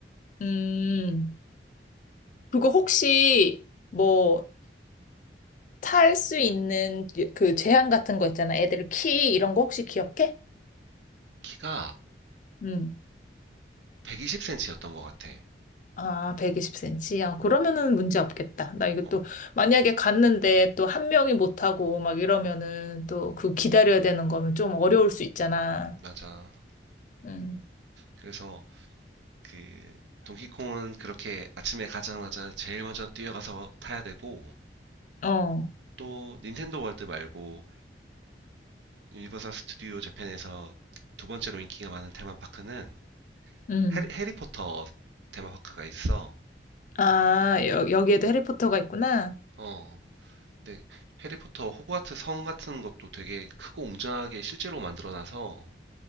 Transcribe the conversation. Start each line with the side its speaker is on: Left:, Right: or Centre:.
Left: 음, 그거 혹시 뭐 탈 수 있는 예, 그 제한 같은 거 있잖아. 애들 키 이런 거 혹시 기억해?
Right: 키가
Left: 음.
Right: 120cm였던 것 같아.
Left: 아, 120cm. 야, 그러면은
Right: 어,
Left: 문제 없겠다. 나 이거
Right: 어,
Left: 또 만약에 갔는데 또 한 명이 못하고 막 이러면은 또 그 기다려야 되는 거면 좀 어려울 수 있잖아.
Right: 맞아.
Left: 음,
Right: 그래서 그 동키콩은 그렇게 아침에 가자마자 제일 먼저 뛰어가서 타야 되고
Left: 어,
Right: 또 닌텐도 월드 말고 유니버설 스튜디오 재팬에서 두 번째로 인기가 많은 테마파크는
Left: 음.
Right: 해리, 해리포터 테마파크가 있어.
Left: 아, 여, 여기에도 해리포터가 있구나.
Right: 어, 근데 해리포터 호그와트 성 같은 것도 되게 크고 웅장하게 실제로 만들어놔서